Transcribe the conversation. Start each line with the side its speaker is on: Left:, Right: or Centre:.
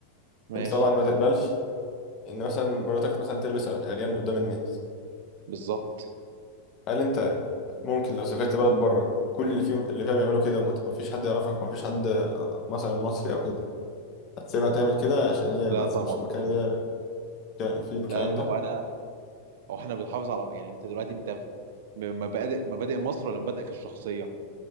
Right: ماشي
Left: انت طبعا ما تقبلش ان مثلا مراتك مثلا تلبس عريان قدام الناس
Right: بالظبط
Left: هل انت ممكن لو سافرت بلد بره كل اللي فيه اللي فيها بيعملوا كده ومفيش حد يعرفك ومفيش حد مثلا مصري او كده هتسيبها تعمل كده عشان هي
Right: لا
Left: بس
Right: طبعا
Left: مش المكان اللي هي فيه الكلام
Right: لا لا
Left: ده
Right: وانا او احنا بنحافظ على يعني انت دلوقتي انت مبادئ مبادئ مصر ولا مبادئك الشخصيه